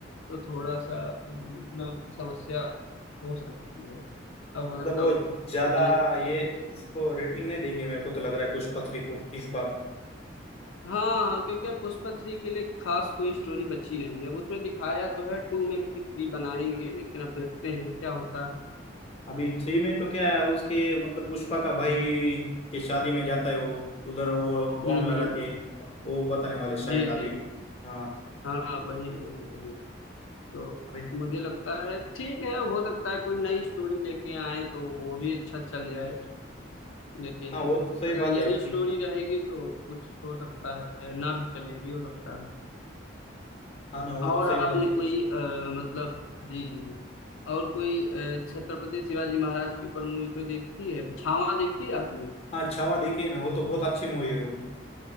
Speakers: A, on the left; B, on the left.
A: तो थोड़ा सा मतलब समस्या हो सकती है अब हो
B: मतलब
A: सकता
B: वो
A: है उत,
B: ज्यादा
A: उतना
B: ये इसको रेटिंग नहीं देंगे मेरे को तो लग रहा है पुष्पा थ्री को इस बार
A: हाँ हाँ क्योंकि अब पुष्पा थ्री के लिए खास कोई स्टोरी बची नहीं है अब उसमें दिखाया तो है टू में कि थ्री बनाएंगे लेकिन अब देखते हैं क्या होता है
B: अभी थ्री में तो क्या है उसके मतलब पुष्पा का भाई के शादी में जाता है वो उधर वो
A: हम्म
B: बॉम्ब लगाते
A: हम्म
B: हैं। वो बताने वाले शायद
A: जी
B: अभी
A: जी
B: हाँ
A: हाँ वही वही वही तो
B: अभी
A: मुझे लगता है ठीक है हो सकता है कोई नई स्टोरी लेके आए तो वो भी अच्छा चल जाए लेकिन
B: हाँ वो तो सही
A: अगर
B: बात
A: यही
B: है आपकी
A: स्टोरी रहेगी तो कुछ हो सकता है ना भी चले ये भी हो सकता है
B: हाँ ना वो
A: और
B: तो सही
A: आपने
B: बात है
A: कोई अ, मतलब जी जी और कोई अ, छत्रपति शिवाजी महाराज के ऊपर मूवी कोई देखी है छावा देखी है आपने
B: हाँ छावा देखी है ना वो तो बहुत अच्छी मूवी है वो